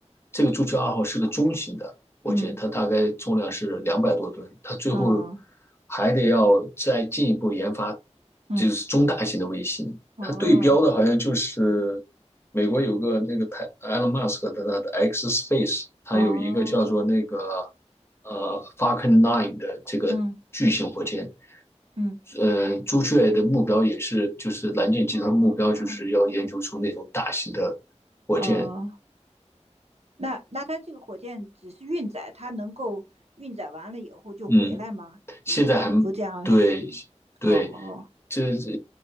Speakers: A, on the left (about 20°); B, on the right (about 60°).
A: 这个朱雀二号是个中型的火箭，
B: 嗯
A: 它大概重量是两百多吨，它最后
B: 嗯，哦
A: 还得要再进一步研发，
B: 嗯。
A: 就是中大型的卫星。
B: 哦
A: 它对标的好像就是美国有个那个台 Elon Musk 的他的 X Space，它有一个叫做那个
B: 哦，
A: 呃 Falcon Nine 的这个巨型火箭，
B: 嗯嗯
A: 呃，朱雀的目标也是就是蓝箭集团目标就是要研究出那种大型的
B: 哦
A: 火箭，
B: 哦，那那它这个火箭只是运载，它能够运载完了以后就回来吗？
A: 嗯，
B: 就是反复这样使。
A: 现在还对对，
B: 哦，
A: 这这